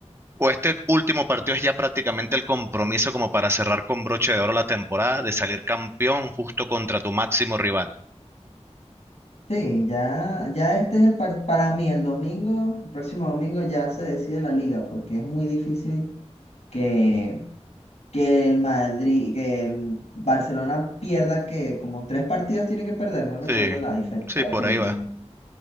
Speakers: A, on the right (about 20°); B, on the left (about 70°).
A: o este último partido es ya prácticamente el compromiso como para cerrar con broche de oro la temporada de salir campeón justo contra tu máximo rival?
B: Sí, ya, ya este es el par- para mí el domingo, el próximo domingo ya se decide la liga, porque es muy difícil que, que el Madrid, que el Barcelona pierda que como tres partidos tiene que perder, no recuerdo
A: Sí,
B: la diferencia
A: sí,
B: de
A: por
B: puntos.
A: ahí va.
B: Mm.